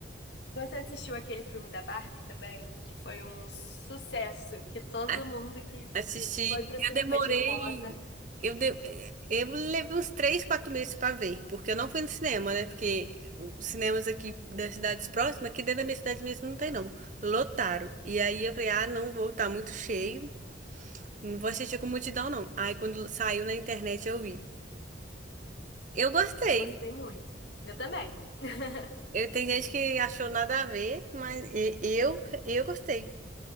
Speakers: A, on the left; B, on the right.
A: Você assistiu aquele filme da Barbie também, que foi um sucesso, que todo
B: A-
A: mundo que
B: Assisti.
A: foi pro
B: Eu
A: cinema
B: demorei.
A: de rosa,
B: Eu, de- eu levei uns três, quatro meses pra ver, porque eu não fui no cinema, né? Porque os cinemas aqui das cidades próximas, aqui dentro da minha cidade mesmo, não tem, não. Lotaram. E aí eu falei, ah, não vou, tá muito cheio. Não vou assistir com multidão, não. Aí quando saiu na internet eu vi. Eu gostei.
A: eu gostei muito. Eu também. <laughs>
B: Eu, tem gente que achou nada a ver, mas e- eu, eu gostei.